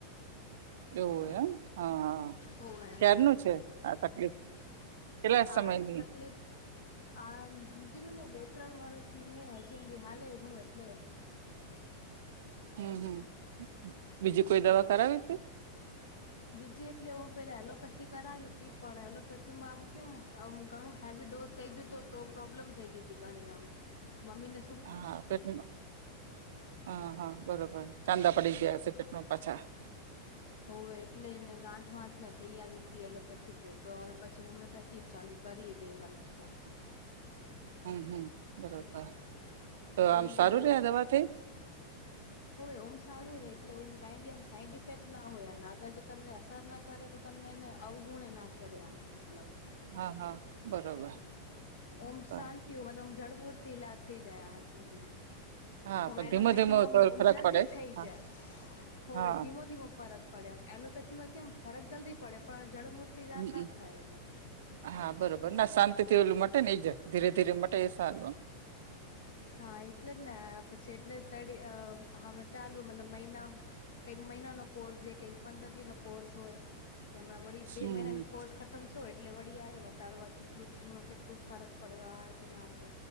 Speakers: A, on the right (about 55°); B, on the left (about 60°).
A: એવું એમ? હા, હા.
B: હોવે
A: ક્યારનું છે આ તકલીફ? કેટલા
B: આ
A: સમયની
B: તકલીફ આમ હમજી લો ને બે ત્રણ વરસની હે, હજી હુધી હાલેરું એટલે
A: હમ્મ-હમ્મ. બીજી કોઈ દવા કરાવી તી?
B: બીજી એટલે ઓમ પેલા એલોપેથી કરાવી તી, પણ એલોપેથીમાં આમ કેમ આમ ઘણો હેવી ડોઝ- થ‌ઈ ગયું તો-તો પ્રોબ્લેમ થઈ ગઈ તી ઘણી આમ. મમ્મીને
A: હા પેટમાં, હા, હા બરોબર. ચાંદા પડી ગયા હશે પેટમાં પાછા.
B: હોવે એટલે એને ગાંઠ-વાંઠને થઈ આવી તી એલોપેથીથી, તો હવે પછી હોમિયોપેથ થી જ ચાલુ કરીએ બે વર્ષ થયા.
A: હમ્મ હમ્મ બરાબર. તો આમ
B: એ
A: સારું
B: જ
A: રહેે આ દવાથી?
B: હોવે ઓમ સારું રે એટલે ઓમ કંઈ બી એમ સાઈડ ઇફેક્ટ ના હોય અને આગળ જો તમને અસર ના કરે તો તમને એને અવગુણેય ના કરે આમાં મતલબ.
A: હા હા બરોબર
B: ઓમ
A: સારું
B: શાંત <unintelligible> મતલબ આમ જડમૂળ થી ઈલાજ થઈ જાય આ ચીજનો.
A: હા
B: ઓમ
A: પણ
B: એલોપેથીમાં
A: ધીમો ધીમો તો
B: આમ ઓમ
A: ફરક
B: જલ્દી
A: પડે
B: થઈ
A: હા
B: જાય. હોવે.
A: હા
B: ધીમો-ધીમો ફરક પડે આમ. એલોપેથી માં કેમ ફરક જલ્દી પડે પણ જળમૂર્થી ઈલાજ
A: હમ હમ
B: ના થાય એનો.
A: હા બરોબર. ના શાંતિથી ઓલું મટે ને જ ધીરે ધીરે માટે એ સારું આમ.
B: હા, એટલે જ ને પછી એટલે તયડી અહ હ હવે ચાલુ મતલબ મહિના કંઈક મહિનાનો કોર્સ દયે. કંઈક પંદરદિનો કોર્સ હોય. કે હમણાં વળી બે
A: હમ
B: મહિનાનો
A: હમ.
B: કોર્સ ખતમ થયો એટલે વળી આયા વતાડવાથી લું થીયુંમાં કેટલુંક ફરક પડવા કે ના કે